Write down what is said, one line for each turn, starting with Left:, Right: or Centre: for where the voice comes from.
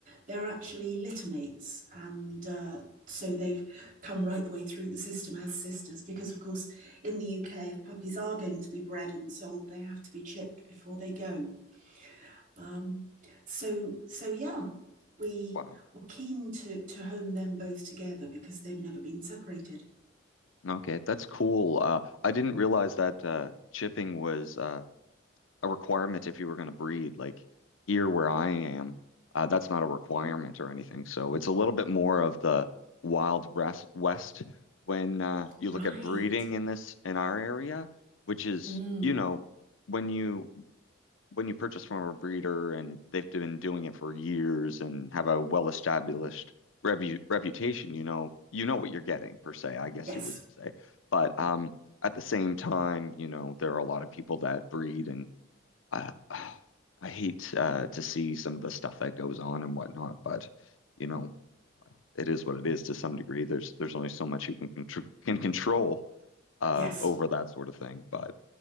Right: they're actually littermates. And uh, so they've come right the way through the system as sisters, because of course, in the UK, if puppies are going to be bred and sold, they have to be chipped before they go. Um, so so yeah, we
Left: Wow.
Right: were keen to to home them both together because they've never been separated.
Left: Okay, that's cool. Uh, I didn't realize that uh, chipping was uh, a requirement if you were going to breed. Like here where I am, uh, that's not a requirement or anything. So it's a little bit more of the wild west west when uh, you
Right: Right.
Left: look at breeding in this in our area, which is,
Right: Mm.
Left: you know, when you when you purchase from a breeder and they've been doing it for years and have a well-established rebu reputation, you know, you know what you're getting per se, I guess
Right: Yes.
Left: you would say. But um, at the same time, you know, there are a lot of people that breed and I <sighs> I hate uh, to see some of the stuff that goes on and whatnot, but you know, it is what it is to some degree. There's there's only so much you can contr can control uh,
Right: Yes.
Left: over that sort of thing. But